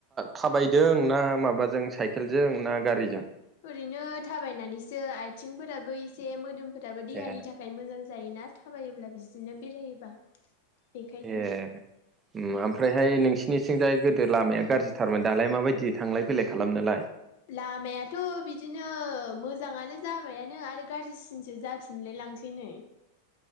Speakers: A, on the right (about 20°); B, on the left (about 65°).
A: थाबायदों ना माबाजों साइकेलजों ना गारिजों
B: ओरैनो थाबायनानैसो आथिंफोराबो एसे मोदोम फोरोथाबो देहानि
A: ए
B: थाखाय मोजां जायोना थाबायोब्ला बिदिनो बेरायोबा बेखायनो
A: ए ओमफ्रायहाय नोंसिनिथिंजाय गोदो लामाया गाज्रिथारमोन दालाय माबायदि थांलाय फैलाय खालामनोलाय?
B: लामायाथ' बिदिनो मोजाङानो जाबायानो आरो गाज्रिसिनसो जाफिनलाय लांसै नै